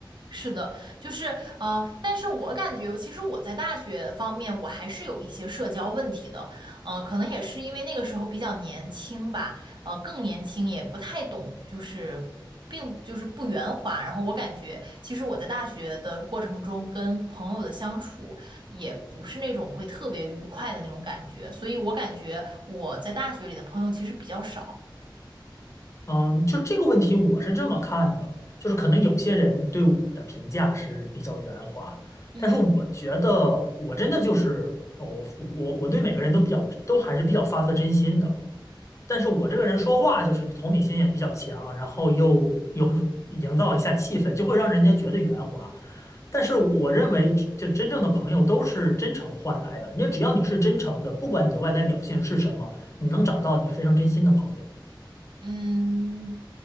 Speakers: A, on the right; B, on the left.
A: 是的，就是呃，但是我感觉，其实我在大学方面，我还是有一些社交问题的，呃，可能也是因为那个时候比较年轻吧，呃，更年轻，也不太懂，就是并就是不圆滑。然后我感觉，其实我在大学的过程中，跟朋友的相处也不是那种会特别愉快的那种感觉，所以我感觉我在大学里的朋友其实比较少。
B: 嗯，就这个问题，我是这么看的，就是可能有些人对我的评价是比较圆滑，
A: 嗯。
B: 但是我觉得我真的就是哦我我我对每个人都比较都还是比较发自真心的。但是我这个人说话就是同理心也比较强，然后又有营造一下气氛，就会让人家觉得圆滑。但是我认为，就真正的朋友都是真诚换来的。你只要你是真诚的，不管你的外在表现是什么，你能找到你非常真心的朋友。
A: 嗯，